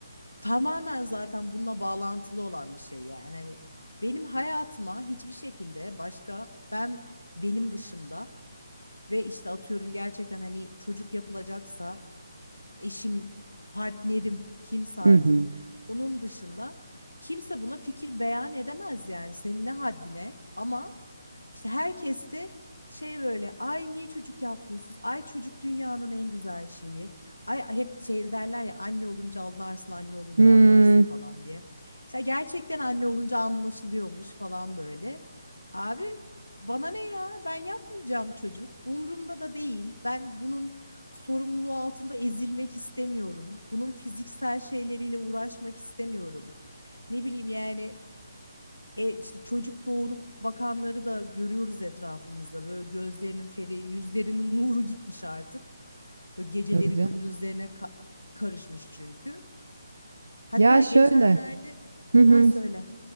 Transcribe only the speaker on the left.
tamamen zaten bununla bağlantılı olan bir şey yani. Hani benim hayatıma hiçbir şekilde başka ben benim dışımda ve işte atıyorum gerçekten hani çocuk yapılacaksa eşim, partnerim, kimse artık.
Onun dışında kimse buna fikir beyan edemez yani senin ne haddine ama işte herkes de şey böyle ay niye çocuk yapmıyorsunuz? Ay çocuk dünyanın en güzel şeyi. Ay hep şey derler ya anne olunca anlarsın, anne olunca
anlarsın falan diye. İşte gerçekten anne olunca anlaşılıyormuş falan böyle. Abi bana ne ya? Ben yapmayacağım çocuk. Umurumda da değil. Ben bunun sorumluluğu altında ezilmek istemiyorum. Bunun fiziksel şeyleriyle uğraşmak istemiyorum. Ne bileyim yani e, işte çocuk doğurup bakanları da görüyoruz etrafımızda. Böyle gözlerinin feri, yüzlerinin nuru gitmiş artık. Böyle geceleri
gündüzlerine ka- karışmış çünkü. Hatta
geçenlerde
ha söyle